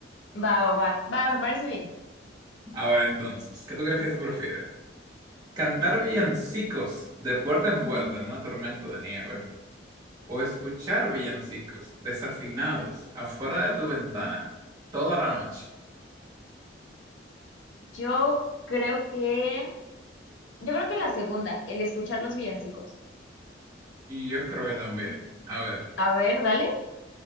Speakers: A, on the left; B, on the right.
A: Va, va, va, va, me parece bien.
B: A ver, entonces, ¿qué tú crees que se prefiere? ¿Cantar villancicos de puerta en puerta en una tormenta de nieve o escuchar villancicos desafinados afuera de tu ventana toda la noche?
A: Yo creo que, yo creo que la segunda, el escuchar los villancicos.
B: Yo creo que también. A ver,
A: A ver, dale.